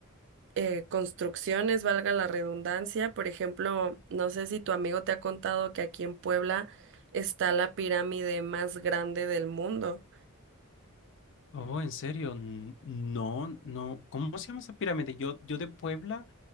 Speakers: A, on the right; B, on the left.
A: eh, construcciones, valga la redundancia. Por ejemplo, no sé si tu amigo te ha contado que aquí en Puebla está la pirámide más grande del mundo.
B: Oh, en serio, n- no, no. ¿Cómo se llama esa pirámide? Yo, yo de Puebla